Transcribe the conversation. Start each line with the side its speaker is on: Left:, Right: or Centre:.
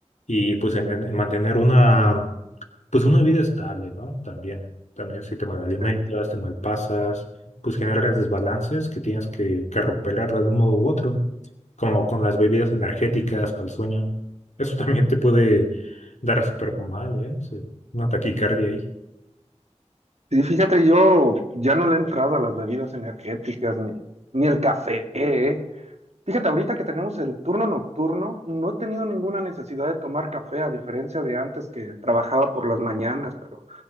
Left: y pues en, en mantener una, pues una vida estable, ¿no? También, también si te malalimentas,
Right: Eh,
Left: te malpasas, pues generas desbalances que tienes que, que recuperar de algún modo u otro, como con las bebidas energéticas para el sueño. Eso <laughs> también te puede dar súper mal, ¿eh? Sí, Una taquicardia ahí.
Right: y fíjate, yo ya no le he entrado a las bebidas energéticas ni, ni el café, ¿eh? Fíjate, ahorita que tenemos el turno nocturno, no he tenido ninguna necesidad de tomar café, a diferencia de antes que trabajaba por las mañanas, pero